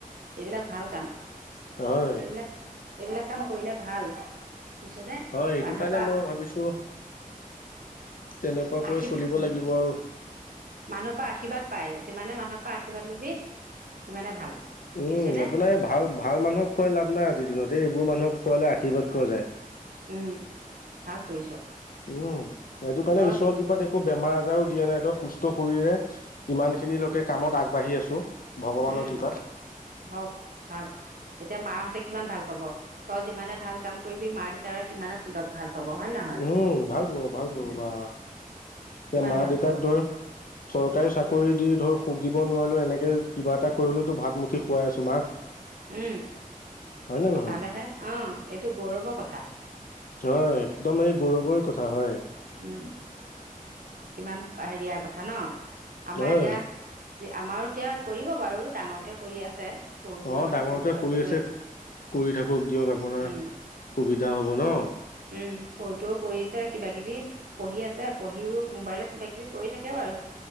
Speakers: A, on the right; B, on the left.
A: এইবিলাক ভাল কাম।
B: হয়
A: এইবিলাক এইবিলাক কাম কৰিলে ভাল। পিছতে
B: হয় সেইটো
A: মানুহৰ
B: কাৰণে
A: পৰা
B: মই ভাবিছোঁ তেনেকুৱাকৈ
A: আশী
B: চলিব লাগিব আৰু।
A: মানুহৰ পা আশীৰ্বাদ পায় যিমানে মানুহৰ পা আৰ্শীৰ্বাদ লবি সিমানে ভাল।
B: উম
A: বুজিছেনে
B: আপোনাৰ এই ভাল ভাল মানুহক খোৱাই লাভ নাই আজিৰ দিনত এই এইবোৰ মানুহক খোৱালে আশীৰ্বাদ পোৱা যায়।
A: উম, ভাল কৰিছ।
B: উ সেইটো কাৰণে
A: তই
B: ঈশ্বৰ
A: যে
B: কৃপাত একো বেমাৰ। দিয়া নাই ত সুস্থ শৰীৰে ইমান খিনি লৈকে কামত আগবাঢ়ি আছোঁ। ভগৱানৰ
A: উম
B: কৃপাত।
A: হওঁক ভাগ। এতিয়া মাহঁতে কিমান ভাল পাব তই যিমানে ভাল কাম কৰিবি মা দেউতাৰে সিমানে ততক ভাল। পাব হয় নে নহয়
B: উম ভাল পাব ভাল পাব
A: উম,
B: বা। এতিয়া
A: কিমান
B: মা
A: ভাল
B: দেউতাক
A: পাব
B: ধৰ। চৰকাৰী চাকৰি দি ধৰ সুখ দিব নোৱাৰিলেওঁ এনেকে কিবা এটা কৰি হলেওতো ভাত মুঠি খোৱাই আছো মাক।
A: উম
B: হয় নে নহয়?
A: ভালেহে অ এইটো গৌৰৱৰ কথা।
B: হয় একদম এই গৌৰৱৰ কথা হয়।
A: উম কিমান হেৰিয়া কথা ন আমাৰ
B: হয়।
A: এতিয়া যি আমাৰো এতিয়া কৰিব বাৰু ডাঙৰটোৱে কৰি আছে সৰুটোও
B: অ
A: মানে
B: ডাঙৰটোৱে
A: সৰু সুৰাকৈ
B: কৰি আছে কৰি থাকক দিয়ক আপোনাৰ
A: উম
B: সুবিধা যা হ'ব ন
A: উম সৰুটোও কৰিছে কিবা কিবি পঢ়ি আছে পঢ়িও মোবাইলত কিবা কিবি কৰি থাকে বাৰ